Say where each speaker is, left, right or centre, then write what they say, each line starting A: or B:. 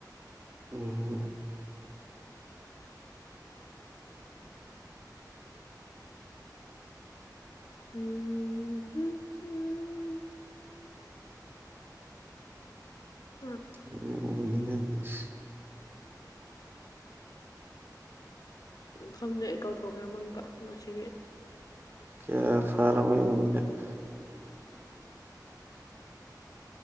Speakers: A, on the right; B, on the left.
A: ꯎꯝ
B: ꯎꯝ ꯍꯝ
A: <unintelligible>
B: ꯑꯝ ꯈꯪꯗ꯭ꯔꯦ ꯑꯩ ꯀꯥꯎꯊꯣꯛꯈ꯭ꯔꯦ ꯑꯃꯪꯀ ꯉꯁꯤꯒꯤ
A: <unintelligible>
B: ꯎꯝ